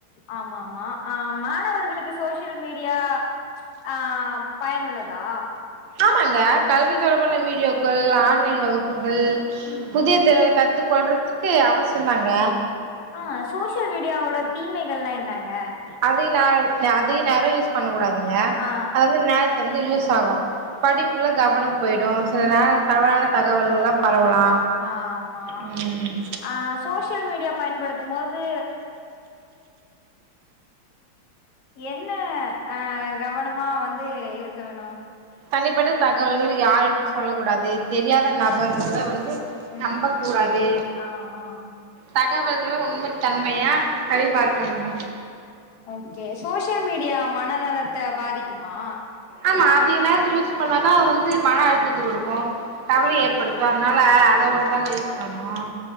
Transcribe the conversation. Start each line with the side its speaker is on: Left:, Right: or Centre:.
Left: ஆமாமா ஆ மாணவர்களுக்கு சோசியல் மீடியா ஆ பயனுள்ளதா
Right: ஆமாங்க கல்வி தொடர்பான வீடியோக்கள் ஆன்லைன் வகுப்புகள்
Left: ம்
Right: புதிய திறன கத் த்து கொள்றதுக்கு அவசியோ தாங்க
Left: ஆ சோசியல் மீடியாவோட தீமைகள்லா என்னங்க
Right: அதிக ந அதிக நரோ யூஸ் பண்ண கூடாதுங்க
Left: ஆ
Right: அதது வந்து நேரத்து வந்து யூஸ் ஆகு படிப்புல கவனம் போய்டு சில
Left: ம்
Right: நேரோ தவறான தகவல்கலா பரவலா
Left: ஆமா
Right: ம்
Left: ஆ சோசியல் மீடியா பயன்படுத்தும் போது என்ன அ கவனமா வந்து இருக்க வேணு
Right: தனிப்பட்ட தகவல்கள் யாரிடமு சொல்ல கூடாது தெரியாத நபர்கள வந்து
Left: ம்
Right: நம்ப கூடாது
Left: ஆ ஆ
Right: தகவல்களள உண்மத்தன்மையா ஞரி பார்க்கணுங்க
Left: ஓகே சோசியல் மீடியா மனநலத்த பாதிக்குமா
Right: ஆமா அது எல்லாமே யூஸ் பண்ணாதா வந்து மன அழுத்தத்து குடுக்கு கவலை ஏற்படுத்து அதனால அளவோடு தாங்க யூஸ் பண்ணணு